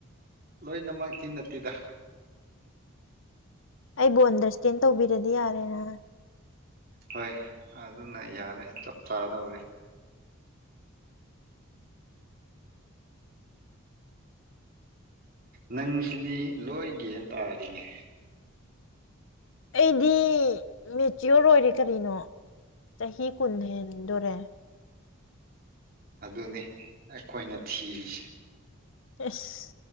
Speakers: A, on the right; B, on the left.
A: ꯂꯣꯏꯅꯃꯛꯀꯤ ꯅꯠꯇꯦꯗ
B: ꯑꯩꯕꯨ ꯑꯟꯗꯔꯁ꯭ꯇꯦꯟ ꯇꯧꯕꯤꯔꯗꯤ ꯌꯥꯔꯦꯅ
A: ꯍꯣꯏ ꯑꯗꯨꯅ ꯌꯥꯔꯦ ꯆꯞ ꯆꯥꯗꯧꯔꯦ ꯅꯪꯁꯤꯗꯤ ꯂꯣꯏꯒꯥꯟ ꯇꯥꯔꯤꯅꯦ
B: ꯑꯩꯗꯤ ꯃꯦꯆꯤꯌꯣꯔ ꯑꯣꯏꯔꯦ ꯀꯔꯤꯅꯣ ꯆꯍꯤ ꯀꯨꯟ ꯍꯦꯟꯗꯨꯔꯦ
A: ꯑꯗꯨꯅꯤ ꯑꯩꯈꯣꯏꯅ ꯊꯤꯔꯤꯁꯦ
B: ꯑꯁ